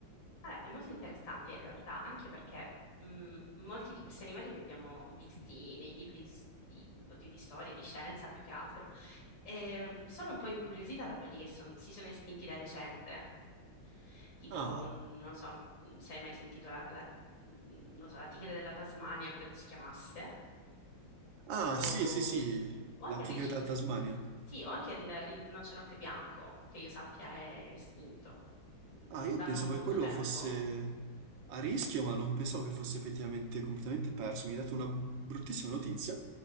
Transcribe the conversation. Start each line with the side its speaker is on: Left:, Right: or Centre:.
Left: Allora, è molto interessante in realtà, anche perché mh, molti di questi animali li abbiamo visti nei libri di, s- di- oddio, di storia, di scienza più che altro. E sono un po' incuriosita da quelli che son- si sono estinti da recente, tipo,
Right: Ah,
Left: mh, non so, mh, se hai mai sentito la, la- mh, non so, la tigre della Tasmania, credo si chiamasse,
Right: ah,
Left: o,
Right: sì, sì, sì,
Left: o
Right: la
Left: anche il,
Right: tigre
Left: ric-
Right: della Tasmania.
Left: sì, o anche il rinoceronte bianco, che io sappia è estinto mh,
Right: Ah, io
Left: da
Right: pensavo
Left: non molto
Right: che quello
Left: tempo.
Right: fosse a rischio, ma non pensavo che fosse effettivamente completamente perso. Mi hai dato una bruttissima notizia.